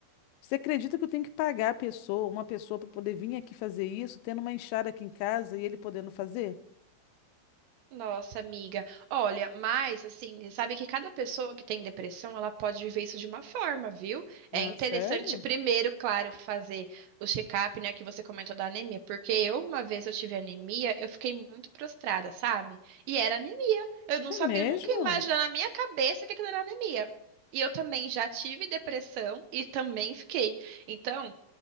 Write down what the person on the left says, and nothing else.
Você acredita que eu tenho que pagar a pessoa, uma pessoa para poder vir aqui fazer isso, tendo uma enxada aqui em casa e ele podendo fazer?
Ah,
sério?
É
mesmo?